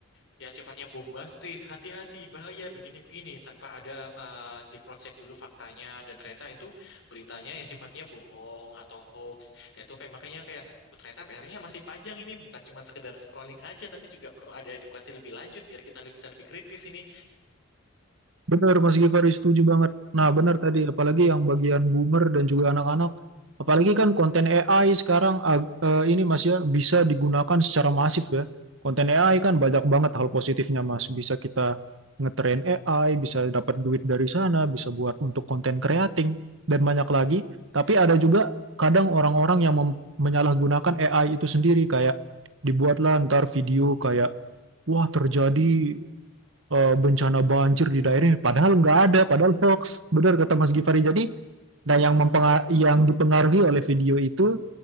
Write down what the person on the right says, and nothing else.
Benar, Mas Gifari setuju banget. Nah, benar tadi, apalagi yang bagian boomer dan juga anak-anak. Apalagi kan konten AI sekarang ag- eh, ini Mas ya bisa digunakan secara masif ya. Konten AI kan banyak banget hal positifnya Mas. Bisa kita ngetrain AI, bisa dapat duit dari sana, bisa buat untuk konten creating dan banyak lagi. Tapi ada juga kadang orang-orang yang mem- menyalahgunakan AI itu sendiri kayak dibuatlah ntar video kayak wah terjadi eh, bencana banjir di daerah ini. Padahal nggak ada, padahal hoax. Benar kata Mas Gifari. Jadi, nah yang mempenga- yang dipengaruhi oleh video itu,